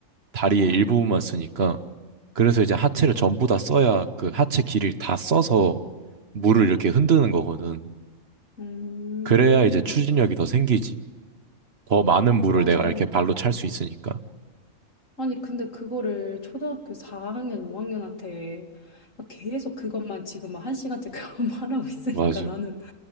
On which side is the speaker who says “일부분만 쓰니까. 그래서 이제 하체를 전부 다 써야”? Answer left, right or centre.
Right